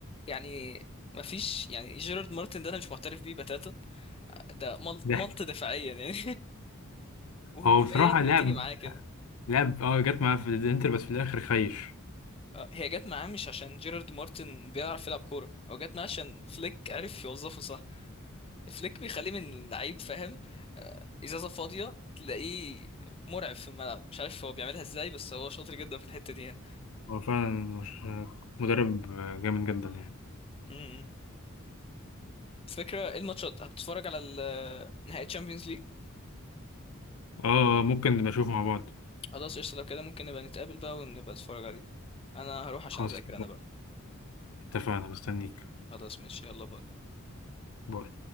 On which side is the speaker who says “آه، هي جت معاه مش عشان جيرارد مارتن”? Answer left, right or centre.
Left